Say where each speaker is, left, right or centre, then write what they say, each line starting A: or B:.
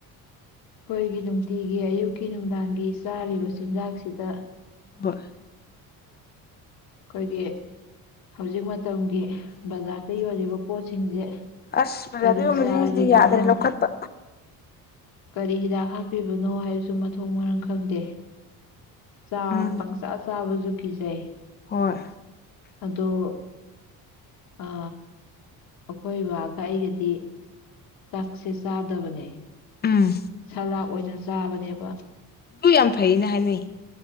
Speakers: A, on the left (about 65°); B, on the left (about 25°).
A: ꯑꯩꯈꯣꯏꯒꯤ ꯅꯨꯡꯇꯤꯒꯤ ꯑꯌꯨꯛꯀꯤ ꯅꯨꯡꯗꯥꯡꯒꯤ ꯆꯥꯔꯤꯕ
B: ꯎꯝ
A: ꯆꯤꯟꯖꯥꯛꯁꯤꯗ
B: ꯍꯣꯏ
A: ꯑꯩꯈꯣꯏꯒꯤ ꯍꯧꯖꯤꯛ ꯃꯇꯝꯒꯤ ꯕꯖꯥꯔꯗ ꯌꯣꯜꯂꯤꯕ ꯄꯣꯠꯁꯤꯡꯁꯦ
B: ꯑꯁ ꯕꯖꯥꯗ
A: ꯀꯔꯤ
B: ꯑꯣꯏꯕꯁꯤꯡꯁꯤꯗꯤ
A: ꯆꯥꯔꯤꯕꯅꯣ
B: ꯌꯥꯗ꯭ꯔꯦ ꯂꯧꯈꯠꯄ
A: ꯀꯔꯤ ꯍꯤꯗꯥꯛ ꯍꯥꯞꯄꯤꯕꯅꯣ ꯍꯥꯏꯕꯁꯨ ꯃꯊꯣꯡ ꯃꯔꯝ ꯈꯪꯗꯦ ꯆ
B: ꯎꯝ
A: ꯄꯪꯁꯥ ꯆꯥꯕꯁꯨ ꯄꯨꯖꯥꯏ
B: ꯍꯣꯏ
A: ꯑꯗꯣ ꯑ ꯑꯩꯈꯣꯏ ꯕꯥꯒ ꯑꯩꯒꯗꯤ ꯆꯥꯛꯁꯦ ꯆꯥꯗꯕꯅꯦ
B: ꯎꯝ
A: ꯁꯂꯥꯞ ꯑꯣꯏꯅ ꯆꯥꯕꯅꯦꯕ
B: ꯑꯗꯨ ꯌꯥꯝ ꯐꯩꯅ ꯍꯥꯏꯅꯩ